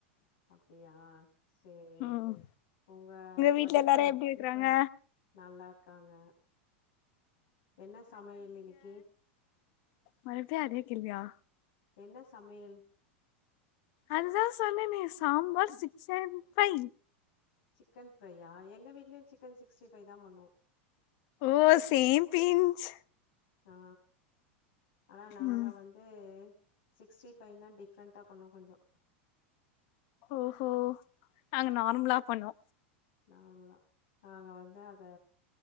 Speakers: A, on the left; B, on the left.
A: அப்டியா சேரி
B: ம்
A: உங்க
B: வீட்ல
A: படிப்பல்லா
B: எல்லாரு எப்டி இருக்கறாங்க
A: நல்லாருக்காங்க என்ன சமையல் இன்னக்கி?
B: மறுப்டியு அதே கேள்வியா?
A: என்ன சமையல்?
B: அதுதா சொன்னெனே சாம்பார் சிக்ஸன் ஃபை
A: சிக்கன் ஃப்ரையா எங்க வீட்லயு சிக்கன் சிக்ஸ்டி ஃபை தா பண்ணோ
B: ஓ சேம் பின்ச்
A: ஆ ஆனா நாங்க
B: ம்
A: வந் து சிக்ஸ்டி ஃபைனா டிஃப்ரெண்ட்டா பண்ணுவொ கொஞ்சொ
B: ஓஹோ நாங்க நார்மலா பண்ணோ
A: நார்மலா நாங்க வந்து அத